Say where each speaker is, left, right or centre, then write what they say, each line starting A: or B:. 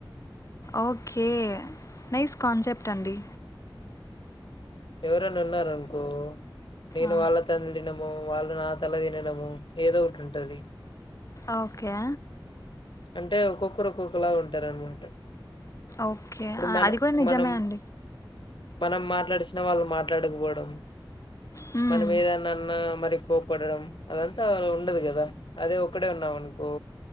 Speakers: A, on the left; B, on the left.
A: ఓకే. నైస్ కాన్సెప్ట్ అండి.
B: ఎవరన్నా ఉన్నారనుకో నేను
A: ఆ!
B: వాళ్ళతోనేం తినను. వాళ్ళు నా తల తినడము ఏదో ఒటి ఉంటది
A: ఓకే
B: అంటే ఒక్కొక్కరు ఒక్కొకలా ఉంటారనమాట
A: ఓకే
B: ఇప్పుడు మనం
A: అది కూడా నిజమే
B: మనం
A: అండి
B: మనం మాట్లాడేస్ నా వాళ్ళు మాట్లాడకపోవడం
A: హ్మ్.
B: మనమెదనా అన్న మరి కోపడడం అదంతా ఉండదు కదా అదే ఒక్కడే ఉన్నాం అనుకో